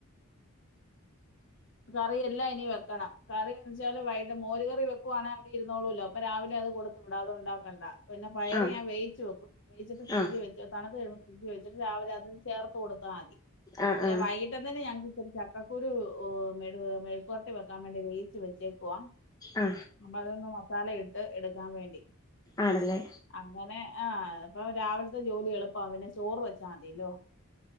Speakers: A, on the left; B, on the left.
A: കറി എല്ലാം ഇനി വെക്കണം കറി വെച്ചാല് വൈട്ട് മോര് കറി വെക്കുവാണെ അവിടെ ഇരുന്നോളൂവല്ലോ അപ്പൊ രാവിലെ കൊടുത്തുവിടാംഅതുണ്ടാക്കണ്ട പിന്നെ പയറ്
B: ആ
A: ഞാൻ വേവിച്ച് വെക്കും വേവിച്ചിട്ട് ഫ്രിഡ്ജ്
B: ആ
A: വെച്ച് തണുത്തു കഴിയുമ്പം ഫ്രിഡ്ജി വെച്ചിട്ട് രാവിലെ അതുചേർത്ത് കൊടുത്താമതി
B: ആ
A: പിന്നെ
B: ആ
A: വൈകിട്ടത്തേന് ഞങ്ങക്ക് ചക്കക്കൂരു ഉ മെഴു മെഴുക്കുവരട്ടി വെക്കാൻ വേണ്ടി വേവിച്ച് വെച്ചേക്കുവാ
B: ആ
A: അപ്പൊ അതൊന്ന് മസാല ഇട്ട് എടുക്കാൻവേണ്ടി
B: ആണല്ലേ
A: അങ്ങനെ ആ അപ്പൊ രാവിലത്തെജോലി എളുപ്പാ പിന്നെ ചോറുവെച്ചാ മതില്ലോ